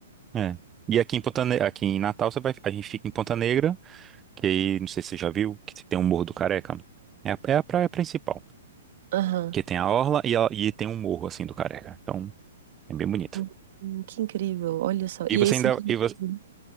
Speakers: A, on the right (about 15°); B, on the right (about 50°).
A: É. E aqui em Ponta Ne- aqui em Natal você vai, a gente fica em Ponta Negra, que aí, não sei se você já viu, que tem um Morro do Careca. É a, é a praia principal,
B: Aham.
A: que tem a orla e, a- e tem um morro assim do Careca. Então, é bem bonito.
B: Hum, hum, Que incrível, olha só.
A: E
B: E
A: você
B: é isso.
A: ainda
B: daí.
A: e, você,
B: Uhum.